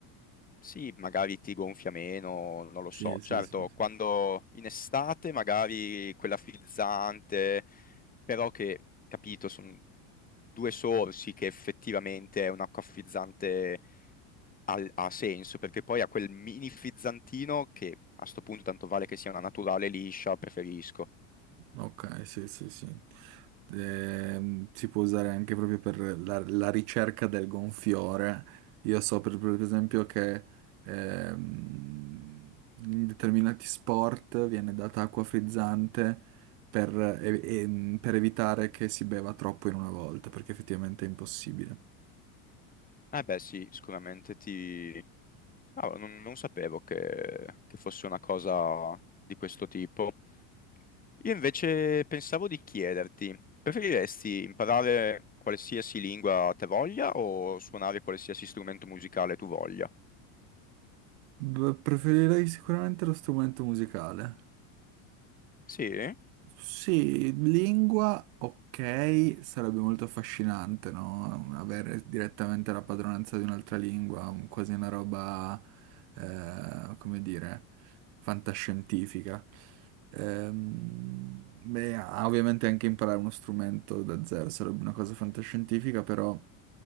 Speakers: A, on the left; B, on the right.
A: Sì, magari ti gonfia meno, non lo so.
B: Sì, sì,
A: Certo,
B: sì, sì.
A: quando in estate magari quella frizzante, però che, capito, sono due sorsi che effettivamente è un'acqua frizzante al- ha senso, perché poi ha quel mini frizzantino che a sto punto tanto vale che sia una naturale liscia, preferisco.
B: Ok, sì, sì, sì. Ehm, si può usare anche proprio per la, la ricerca del gonfiore. Io so per, per esempio che ehm, in determinati sport viene data acqua frizzante per, e- e- per evitare che si beva troppo in una volta, perché effettivamente è impossibile.
A: Eh beh, sì, sicuramente ti... Ah, non, non sapevo che che fosse una cosa di questo tipo. Io invece pensavo di chiederti, preferiresti imparare qualsiasi lingua te voglia o suonare qualsiasi strumento musicale tu voglia?
B: Beh, preferirei sicuramente lo strumento musicale.
A: Sì?
B: Sì, lingua, ok, sarebbe molto affascinante, no? Avere direttamente la padronanza di un'altra lingua, un- quasi una roba, eh, come dire, fantascientifica. Ehm, beh, ovviamente anche imparare uno strumento da zero sarebbe una cosa fantascientifica, però...